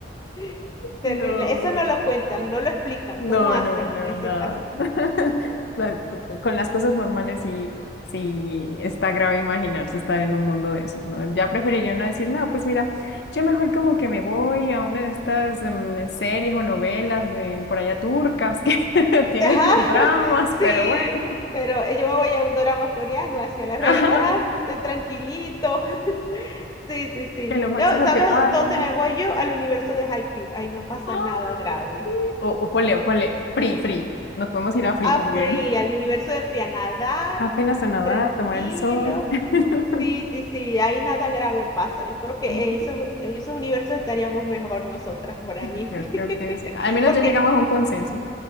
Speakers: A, on the left; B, on the left.
A: <laughs> Terrible.
B: No,
A: Eso no lo cuentan, no lo explican.
B: no,
A: ¿Cómo hacen
B: no, no,
A: en ese
B: nada.
A: caso?
B: <laughs> La- con las cosas normales sí, sí está grave imaginarse estar en un mundo de esos, ¿no? Ya preferiría no decir, no, pues mira, yo mejor como que me voy a una de estas em, series o novelas de por allá turcas que <laughs> tienen
A: Ajá,
B: sus
A: <laughs>
B: dramas,
A: sí,
B: pero bueno,
A: pero eh, yo me voy a un drama coreano hacia la realidad,
B: <laughs> ajá,
A: de tranquilito. <laughs> Sí, sí, sí.
B: que lo máximo
A: Yo, ¿sabes
B: que pasa.
A: dónde
B: ¿no?
A: me voy yo? Al universo de Haikyuu. Ahí no pasa
B: Ay,
A: nada grave.
B: O, o ponle, o ponle, free, free. Nos podemos ir a free
A: a
B: también.
A: Free, al universo de Free, a nadar,
B: Apenas a nadar,
A: tranquilo.
B: tomar el sol. <laughs>
A: Sí, sí, sí, ahí nada grave pasa. Yo creo que
B: Ujú,
A: en esos, en esos universos estaríamos mejor nosotras por allí.
B: Yo creo
A: <laughs>
B: que sí. Al menos
A: Porque,
B: ya llegamos a un consenso.